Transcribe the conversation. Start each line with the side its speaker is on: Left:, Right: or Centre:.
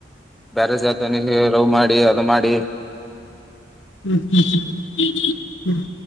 Centre: ಬ್ಯಾರೆ ಜಾತನಿಗೆ ಲವ್ ಮಾಡಿ ಅದು ಮಾಡಿ.
Left: ಹ್ಮ್ ಹ್ಮ್ ಹ್ಮ ಹ್ಮ್